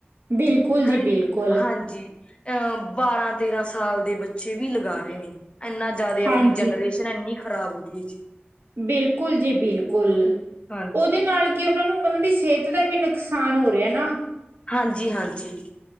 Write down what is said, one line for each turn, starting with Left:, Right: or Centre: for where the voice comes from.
Right: ਬਿਲਕੁਲ ਜੀ
Left: ਹਰੇ
Right: ਬਿਲਕੁਲ
Left: ਹਾਂਜੀ। ਅਹ ਬਾਰਾਂ ਤੇਰਾਂ ਸਾਲ ਦੇ ਬੱਚੇ ਵੀ ਲਗਾ ਰਹੇ ਨੇ, ਇੰਨਾ ਜ਼ਿਆਦਾ
Right: ਹਾਂਜੀ।
Left: ਆਪਣੀ ਜਨਰੇਸ਼ਨ ਇੰਨੀ ਖਰਾਬ ਹੋਰੀ ਆ ਜੀ।
Right: ਬਿਲਕੁਲ ਜੀ, ਬਿਲਕੁਲ
Left: ਹਾਂਜੀ,
Right: ਉਹਦੇ ਨਾਲ ਕਿ ਉਹਨਾਂ ਨੂੰ ਉਹਨਾਂ ਦੀ ਸਿਹਤ ਦਾ ਵੀ ਨੁਕਸਾਨ ਹੋ ਰਿਹਾ ਨਾ।
Left: ਹਾਂਜੀ, ਹਾਂਜੀ।